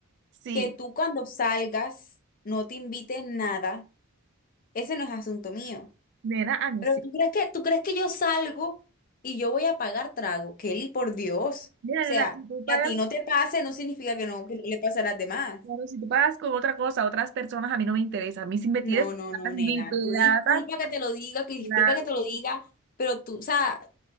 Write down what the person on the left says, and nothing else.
que tú cuando salgas no te invites nada, ese no es asunto mío.
Pero
tú crees que, tú crees que yo salgo y yo voy a pagar trago. Kelly, por Dios.
O
sea,
que a ti no te pase no significa que no, que no le pase a las demás.
No,
no, no,
nena.
Tú disculpa que te lo diga, que disculpa
que te lo diga, pero tú, o sea,